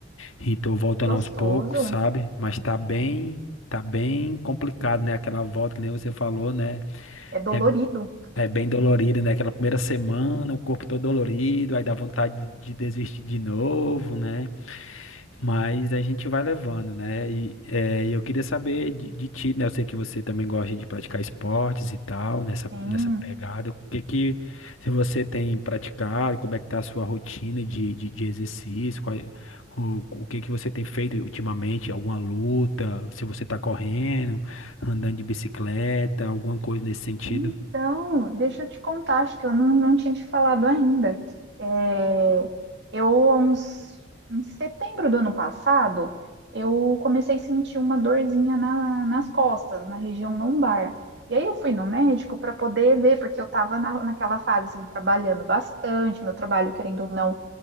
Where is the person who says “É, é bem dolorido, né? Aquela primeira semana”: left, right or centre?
Left